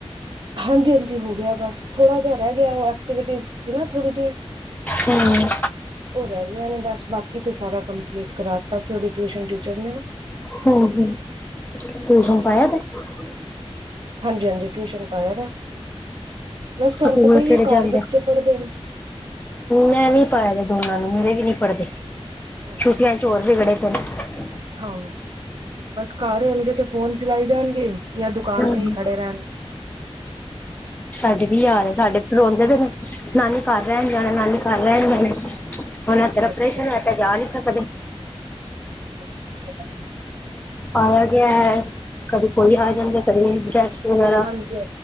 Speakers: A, on the right; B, on the left.
A: ਹਾਂਜੀ- ਹਾਂਜੀ ਹੋ ਗਿਆ, ਬਸ ਥੋੜਾ ਜਹਾ ਰਹਿ ਗਿਆ ਹੋ- ਕ ਨਾ ਥੋੜੀ ਜਿਹੀਆਂ
B: ਹਮ
A: ਉਹ ਰਹਿ ਗਈਆਂ ਨੇ ਬਸ ਬਾਕੀ ਤੇ ਸਾਰਾ ਕੰਪਲੀਟ ਕਰਾ ਦਿੱਤਾ ਸੀੇ ਟਿਊਸ਼ਨ ਟੀਚਰ ਨੇ ਨਾ।
B: ਹੂੰ ਹੂੰ ਟਿਊਸ਼ਨ ਪਾਇਆ ਦਾ ਹੇ।
A: ਹਾਂਜੀ ਹਾਂਜੀ ਟਿਊਸ਼ਨ ਪਾਇਆ ਦਾ ਹੈ। ਬਸ ਤੁਹਾਨੂੰ
B: ਸਕੂਲ
A: ਪਤਾ ਹੀ
B: ਕਿੜੇ
A: ਘਰ
B: ਜਾਂਦੇ
A: ਬੱਚੇ
B: ਨੇ,
A: ਪੜ੍ਹਦੇ ਨੇ
B: ਮੈਂ ਵੀ ਪਾਇਆ ਦਾ ਦੋਨਾਂ ਨੂੰ ਮੇਰੇ ਵੀ ਨੀ ਪੜ੍ਹਦੇ
A: ਹਾਂਜੀ
B: ਛੁੱਟੀਆਂ ਚ ਹੋਰ ਵੀਗੜੇ ਧਨਵਾਦ <unintelligible>
A: ਹਾਂ ਬਸ ਘਰ ਹੋਣਗੇ ਤੇ ਫੋਨ ਚਲਾਈ ਜਾਣਗੇ, ਯਾਂ ਦੁਕਾਨ
B: ਹਮ
A: ਤੇ ਹੀ ਖੜੇ ਰਹਿਣ।
B: ਸਾਡੇ ਵੀ ਇਹੀ ਹਾਲ ਹੈ, ਸਾਡੇ ਰੋਂਦੇ ਪਏ ਨੇ ਨਾਨੀ ਘਰ ਰਹਿਣ ਜਾਣਾ, ਨਾਨੀ ਘਰ ਰਹਿਣ ਜਾਣਾ ਹੈ। ਹੁਣ ਇਧਰ
A: ਅੱਛਾ-ਅੱਛਾ
B: ਔਪ੍ਰੇਸ਼ਨ ਹੋਇਆ ਪਿਆ ਜਾ ਨਹੀਂ ਸਕਦੇ।
A: ਹ <inaudible>
B: ਆਇਆ ਗਿਆ ਹੈ। ਕਦੇ ਕੋਈ ਆ
A: ਹਾਂਜੀ
B: ਜਾਂਦੇ ਕਦੇ ਗੈਸਟ ਵਗੈਰਾ
A: ਹਾਂਜੀ